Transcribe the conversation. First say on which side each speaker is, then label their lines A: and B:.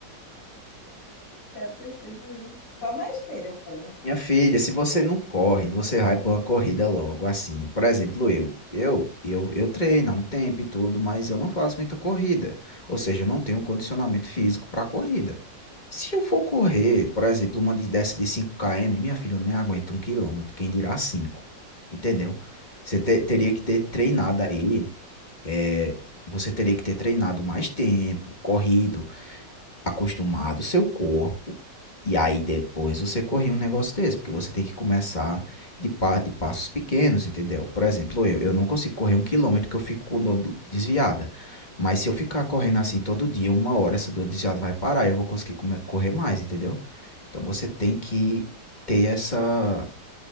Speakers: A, on the left; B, on the left.
A: Deve ter sido isso. Só na esteira eu corro.
B: Minha filha, se você não corre, você vai para uma corrida logo assim. Por exemplo, eu, eu, eu, eu treino há um tempo e tudo, mas eu não faço muita corrida. Ou seja, eu não tenho um condicionamento físico para corrida. Se eu for correr, por exemplo, uma de- dessa de cinco km, minha filha, eu nem aguento um quilômetro, quem dirá 5? Entendeu? Você te- teria que ter treinado
A: Deve ter sido
B: aí,
A: isso.
B: é, você teria que ter treinado mais tempo, corrido, acostumado o seu corpo e aí depois você corrige um negócio desse, porque você tem que começar de, pa de passos pequenos, entendeu? Por exemplo, eu, eu não consigo correr um quilômetro que eu fico com dor do- desviada. Mas se eu ficar correndo assim todo dia, uma hora, essa dor desviada vai parar e eu vou conseguir come- correr mais, entendeu? Então você tem que ter essa.